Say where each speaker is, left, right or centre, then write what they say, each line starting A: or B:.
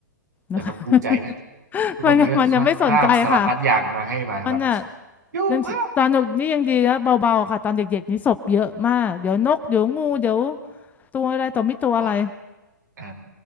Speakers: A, on the right; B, on the left.
A: แต่มันภูมิใจนะ
B: นะคะ <laughs>
A: ทุกวันนี้ก็คลาคาบสารพัดอย่างมาให้มาแบบ
B: มันมันยังไม่สนใจค่ะมันอ่ะ
A: ยูภาพ
B: ยังตอนเด็กนี่ยังดีนะเบาๆค่ะตอนเด็กๆนี่ศพเยอะมากเดี๋ยวนกเดี๋ยวงูเดี๋ยวตัวอะไรต่อมีตัวอะไร
A: อ่าอ่า